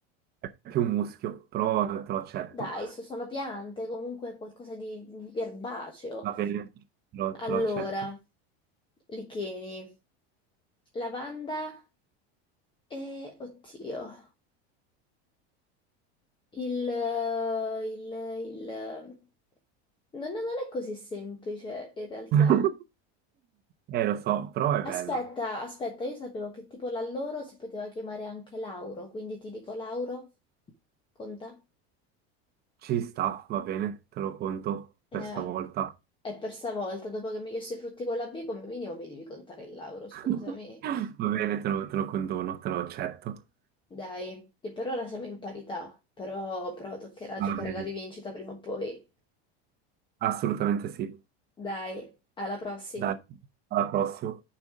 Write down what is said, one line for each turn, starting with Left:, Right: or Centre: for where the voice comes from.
Right: È più un muschio, però te lo accetto.
Left: Dai, so- sono piante, comunque qualcosa di, di erbaceo.
Right: Va bene, te lo, te
Left: Allora,
Right: lo accetto.
Left: licheni, lavanda e, oddio, il... il... il... No, no, non è così semplice in realtà.
Right: <laughs> Eh, lo so, però è
Left: Aspetta,
Right: bella.
Left: aspetta, io sapevo che tipo la loro si poteva chiamare anche Lauro, quindi ti dico Lauro, conta?
Right: Ci sta, va bene, te lo conto
Left: Eh,
Right: per stavolta.
Left: è per stavolta, dopo che mi hai chiesto i frutti con la B, come minimo mi devi contare il Lauro, scusami.
Right: <laughs> Va bene, te lo, te lo condono, te lo accetto.
Left: Dai, che per ora siamo in parità, però, però toccherà
Right: Va
Left: giocare
Right: bene,
Left: la rivincita prima o poi.
Right: assolutamente sì.
Left: Dai, alla prossima.
Right: Dai, alla prossima.